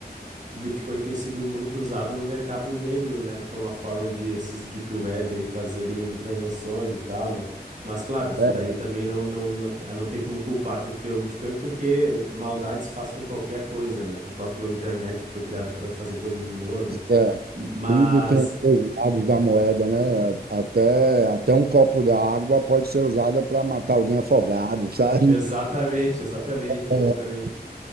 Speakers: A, on the right; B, on the right.
A: O Bitcoin tem sido muito usado no mercado negro, né? Porque é uma forma de esses deep web aí fazerem transações e tal, né? Mas claro, isso
B: É,
A: daí também não, não, não, ah, não tem como culpar quem criou o Bitcoin, porque maldade se faz com qualquer coisa, né? Com o próprio internet que foi criado para fazer coisas boas, né?
B: é,
A: Mas
B: tudo tem os lados da moeda, né? Até, até um copo d'água pode ser usada para matar alguém afogado, <laughs> sabe?
A: exatamente, exatamente,
B: É,
A: exatamente.